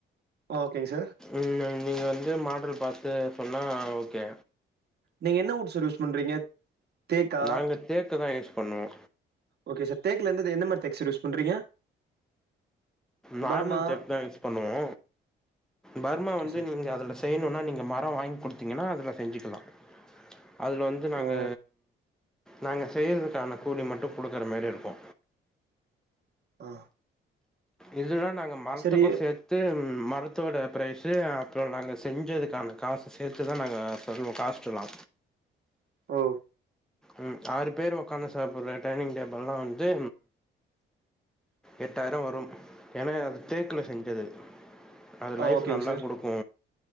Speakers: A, on the right (about 55°); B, in the centre.
A: ஓகேங் சார்
B: ம் நீங்க வந்து மாடல் பாத்து சொன்னா ஓகே
A: நீங்க என்ன வுட் சார் யூஸ் பண்றீங்க தேக்கா
B: நாங்க தேக்குதா யூஸ் பண்ணுவோ
A: ஓகே சார் தேக்குல எந்த மாதிரி தேக்கு சார் யூஸ் பண்றீங்க
B: நார்மல்
A: பர்மா
B: தேக்கு தா யூஸ் பண்ணுவோ பர்மா
A: ஓகே
B: வந்து
A: சார்
B: நீங்க அதுல செய்யணுன்னா நீங்க மரொ வாங் குடுத்தீங்கனா அதுல செஞ்சுக்கலா அதுல வந்து நாங்க
A: ஓ
B: நாங்க செய்யறதுக்கான கூலி மட்டும் கொடுக்குற மாதிரி இருக்கு
A: ஆ
B: இதுன்னா நாங்க மரத்துக்கும்
A: சரி
B: சேர்த்து வந்து மரத்தோட ப்ரைஸு அப்றொ நாங்க செஞ்சதுக்கான காசு சேத்துதா நாங்க சொல்வோ காஸ்ட்லா
A: ஓ
B: ம் ஆறு பேர் ஒக்காந்து சாப்பிட்ற டைனிங் டேபிள்ல்லா வந்து எட்டாயிரொ வரும் ஏனா அது தேக்ல செஞ்சது அது
A: ஆ
B: லைஃப்
A: ஓகேங்க
B: நல்லா
A: சார்
B: குடுக்கு